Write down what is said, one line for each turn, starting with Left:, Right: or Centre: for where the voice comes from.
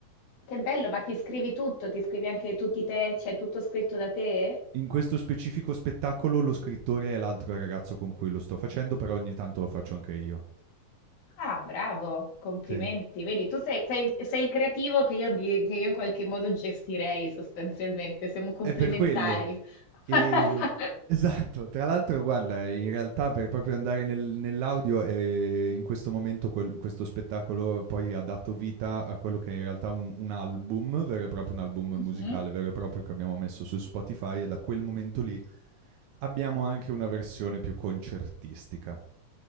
Left: che bello, ma ti scrivi tutto, ti scrivi anche tutti i te, c'è tutto scritto da te?
Right: In questo specifico spettacolo lo scrittore è l'altro ragazzo con cui lo sto facendo, però ogni tanto lo faccio anche io.
Left: Ah, bravo, complimenti.
Right: Sì.
Left: Vedi, tu sei, sei- sei il creativo che io, di- che io in qualche modo gestirei sostanzialmente, siamo complementari.
Right: È per quello.
Left: <laughs>
Right: Ehm, <laughs> esatto. Tra l'altro guarda, in realtà per proprio andare nel nell'audio, ehm, in questo momento quel questo spettacolo poi ha dato vita a quello che è in realtà un un album vero e proprio, un album musicale
Left: Mhm.
Right: vero e proprio che abbiamo messo su Spotify e da quel momento lì abbiamo anche una versione più concertistica.